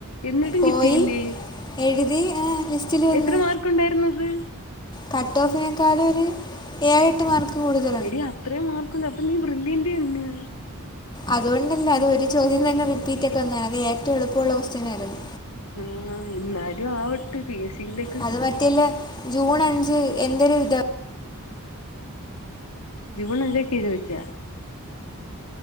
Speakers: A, on the left (about 75°); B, on the left (about 20°).
A: എന്നിട്ടും
B: പോയി
A: കിട്ടിയില്ലേ
B: എഴുതി ഏഹ് ലിസ്റ്റില് വന്ന്
A: എത്ര മാർക്ക് ഉണ്ടായിരുന്നത്
B: കട്ടോഫിനേക്കാൾ ഒര് ഏഴെട്ട് മാർക്ക് കൂടുതൽ
A: എടി അത്രയും മാർക്കുണ്ട് അപ്പൊ നീ വൃന്ദീന്റെറ തന്നെയാ
B: അതുകൊണ്ടല്ല അത് ഒരു ചോദ്യം തന്നെ റിപ്പീറ്റ് ഒക്കെ വന്ന അത് ഏറ്റ എളപ്പമുള്ള കൊസ്റ്റ്യനായിരുന്നു
A: ആഹ് എന്നാലും ആവട്ട് പി എസ് സി ല്
B: അത് മറ്റേല്ല ജൂൺ അഞ്ച് എന്റെ ഒരു
A: ജൂൺ അഞ്ചക്ക എഴുതിവെച്ച